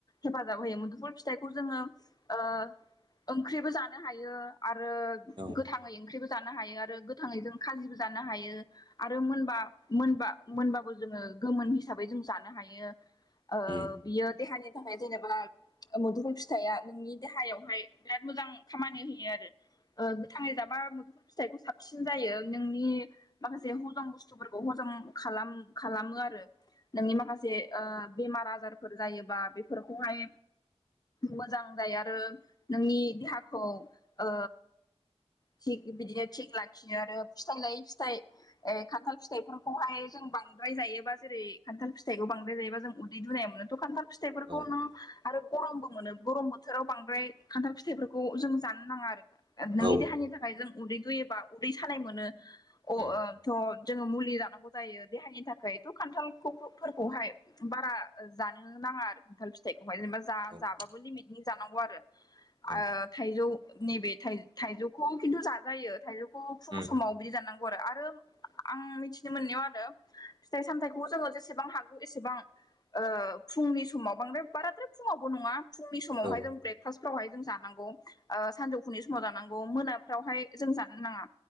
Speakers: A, on the left; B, on the right.
A: हेफाजाब होयो मुदुफुल फिथाइखौ जोङो ओ ओंख्रिबो जानो हायो आरो
B: औ
A: गोथाङै ओंख्रिबो जानो हायो आरो गोथाङै जों खाजिबो जानो हायो आरो मोनबा मोनबा मोनबाबो जोङो गोमोन हिसाबै जों जानो हायो ओ
B: उम
A: बियो देहानि थाखाय जेनेबा मुदुफुल फिथाइआ नोंनि देहायावहाय बिराद मोजां खामानि होयो आरो ओ गोथाङै
B: औ
A: जाबा मोदुफुल फिथाइखौ साबसिन जायो नोंनि नि माखासे हजम बुस्थुफोरखौ हजम खालाम खालामो आरो नोंनि माखासे ओ बेमार आजारफोर जायोबा बेफोरखौहाय मोजां जायो आरो नोंनि देहाखौ ओ थि बिदिनो थिग लाखियो आरो फिथाइ लायै फिथाइ ए खान्थाल फि फिथाइफोरखौहाय जों बांद्राय जायोबा जेरै खान्थाल फिथाइखौ बांद्राय जायोबा जों उदै दुनाय मोनोथ खान्थाल फिथाइफोरखौ
B: औ
A: नों आरो गरमबो मोनो गरम बोथोराव बांद्राय खान्थाल फिथाइफोरखौ जों जानो नाङा आरो नोंनि
B: औ
A: देहानि थाखाय जों उदै दुयोबा उदै सानाय मोनो अ
B: उम औ
A: ओक्षथ जोङो मुलि जानांगौ जायो देहानि थाखायथ खान्थालखौ फोरखौहाय बारा जानो ना नाङा आरो खान्थाल फिथाइखौहाय जेनेबा जा
B: औ
A: जाबाबो लिमि नि जानांगौ आरो ओ
B: औ
A: थाइजौ नैबे थाय थाइजौ खौ खिन्थु जाजायो थाइजौखौ फुं
B: उम
A: समाव बिदि जाननांगौ आरो आरो आं मिथिनो मोननायाव आरो फिथाइ सामथायाइखौ जोङो जेसेबां हागौ एसेबां ओ फुंनि समाव बांद्राय बाराद्राय फुङावबो नङा फुंनि समावहाय
B: औ
A: जों ब्रेकफास्टफ्रावहाय जों जानांगौ ओ सानजौफुनि समाव जानांगौ मोनाफ्रावहाय जों जानो नाङा